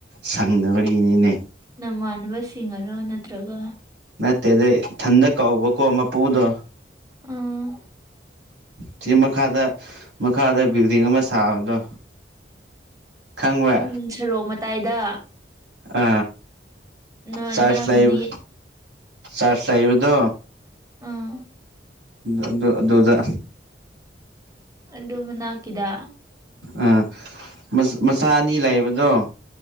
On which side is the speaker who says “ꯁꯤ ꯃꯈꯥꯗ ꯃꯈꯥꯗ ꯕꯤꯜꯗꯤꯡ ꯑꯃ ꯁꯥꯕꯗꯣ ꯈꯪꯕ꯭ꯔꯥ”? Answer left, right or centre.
Right